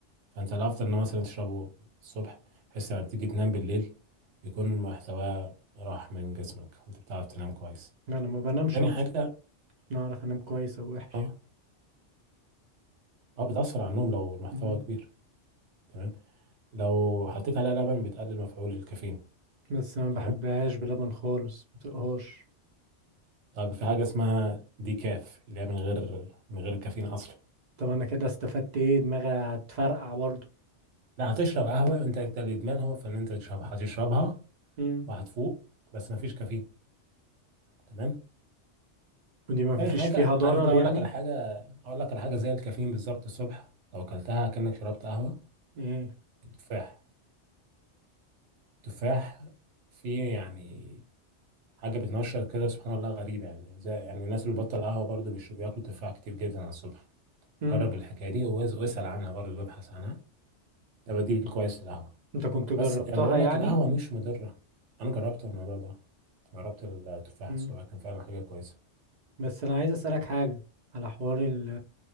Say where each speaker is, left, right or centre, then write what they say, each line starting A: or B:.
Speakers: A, on the right (about 80°); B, on the right (about 50°).
A: فانت الافضل ان مثلا تشربه الصبح بحيث لما بتيجي تنام بالليل يكون محتواه راح من جسمك وانت بتعرف تنام كويس
B: لا انا ما بنامش
A: تاني
B: اصلا
A: حاجه
B: انا اعرف انام كويس او وحش
A: اه اه بتاثر على النوم لو المحتوى
B: مم.
A: كبير تمام لو حطيت عليها لبن بتقلل مفعول الكافيين
B: بس انا ما
A: تمام
B: بحبهاش بلبن خالص ما طيقهاش
A: طب في حاجه اسمها دي كاف اللي هي من غير من غير كافيين اصلا
B: طب انا كده استفدت ايه دماغي هتفرقع برضو
A: لا هتشرب قهوه انت انت الادمان هو في ان انت تشربها هتشربها
B: مم.
A: وهتفوق بس مفيش كافيين تمام
B: ودي ما
A: تاني
B: فيش
A: حاجة
B: فيها ضرر
A: عارف بقى أقول
B: يعني
A: لك على حاجة أقول لك على حاجة زي الكافيين بالظبط الصبح لو أكلتها كأنك شربت قهوة
B: ايه
A: التفاح التفاح فيه يعني حاجة بتنشر كده سبحان الله غريبة يعني زي يعني الناس اللي بتبطل قهوة برضو بيش- بياكلوا تفاح كتير جدا على الصبح
B: مم.
A: جرب الحكاية دي واس- واسأل عنها برضو وابحث عنها ده بديل كويس للقهوة
B: انت كنت جربتها
A: بس يعني بقول
B: يعني
A: لك القهوة مش مضرة أنا جربت الموضوع ده جربت التفاح
B: مم.
A: الصبح كان فعلا حاجة كويسة
B: بس انا عايز اسالك حاجه على حوار ال